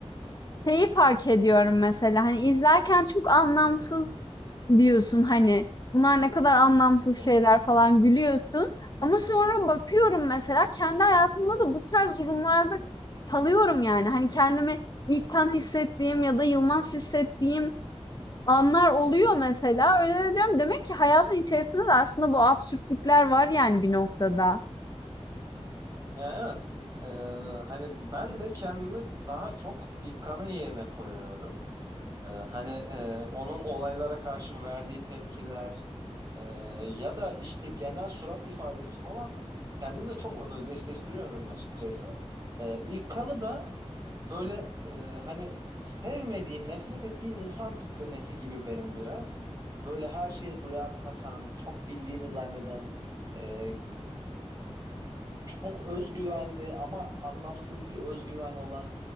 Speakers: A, on the left (about 40°); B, on the right (about 35°).
A: şeyi fark ediyorum mesela, hani, izlerken çok anlamsız diyorsun, hani, bunlar ne kadar anlamsız
B: Hı
A: şeyler
B: hı.
A: falan gülüyorsun ama sonra bakıyorum mesela kendi hayatımda da bu tarz durumlarda kalıyorum, yani. Hani, kendimi ilkten hissettiğim ya da yılmaz hissettiğim anlar oluyor mesela. Öyle de diyorum, demek ki hayatın içerisinde de aslında bu absürtlükler var, yani, bir noktada.
B: Ya evet. Ee, hani ben de kendimi daha çok İlkan'ın yerine koyuyorum. Ee, hani e, onun olaylara karşı verdiği tepkiler e, ya da işte genel surat ifadesi falan kendimle çok özdeşleştiriyorum açıkçası. Ee, ilk kanı da böyle e, hani sevmediğim, nefret ettiğim insan tiplemesi gibi benim biraz. Böyle her şeye duyar kasan, çok bildiğini zanneden, e, çok özgüvenli ama anlamsız bir özgüven olan